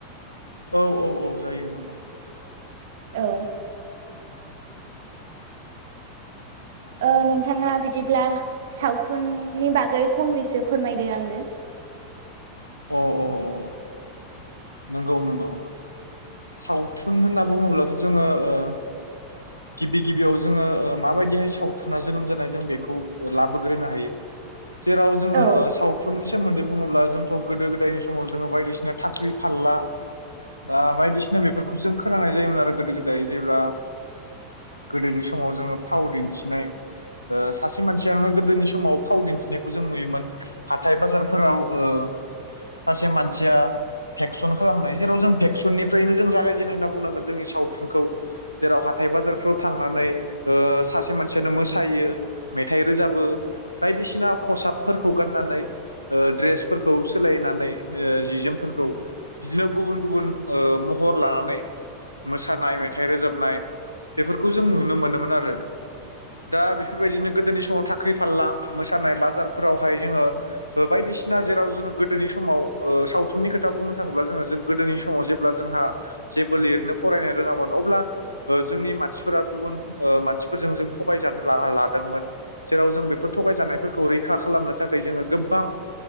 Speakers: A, on the left (about 90°); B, on the right (about 60°).
A: औ औ औ जायो नोंथां।
B: औ। ओ नोंथाङा बिदिब्ला सावथुननि बागै फंनैसो फोरमायदों आंनो।
A: अ अ अ नंगौ नंगौ। सावथुन होनना बुङोब्लाथ' जोङो ओ गिबि गिबियाव जोङो माबायदिहाय सावथुना जोनोम जानाय जों बेखौ लाबोग्रोनो हायो।
B: <inaudible>
A: जेराव जोङो
B: औ ओ
A: सावथुननि सोमोन्दै बुङोब्ला जों गोदो गोदायनि समाव जोङो बायदिसिना थाख्रि फानला बा बायदिसिना बेफोरखौ जों खोनांनाय जायोमोन आरो गोदो गोदाय जेब्ला गोदोनि समाव जोङो फाव दिन्थिनाय सासे मानसियानो गोदोनि समाव फाव दिन्थिनायखौ जों नुयोमोन। हाथथाय बाजारफोराव ओ सासे मानसिया फेक्सन खालामनाय जेराव जों फेक्सन ननिफ्रायनो जों जागायजेननाय होनना बुंनांगोन जोंनि सावथुनखौ। जेराव हाथाइ बाजारफ्राव थांनानै सासे मानसियानो मोसायो, मेथाइ रोजाबो बायदिसिना खसाबफोरखौ गाननानै ओ द्रेसफोरखौ सोलायनानै जि जोमफोरखौ बिदिनो गुबुन गुबुन महर लानानै मोसानाय मेथाइ रोजाबनाय बेफोरखौ जों नुनो मोनोमोन आरो। दा बेफोरबायदिनो गोदोनि समाव साख्रि फालला मोसानाय बाजारफोरावहाय जोङो बायदिसिना जेराव जोङो गोदोनि समाव सावथुननि खोथा बुंनो थाङोब्ला जोङो जों गोदोनि सम समाव जेब्ला जोंहा जेबो लिरनो फरायनो रोङामोन अब्ला जोंनि मानसिफोरा गुबुन मानसिफोरजों जों थगायजानो जाना लादोंमोन। जेराव जों बेफोर थगायजानायफोरखौ रैखा खालामनो थाखाय जोङो गोबां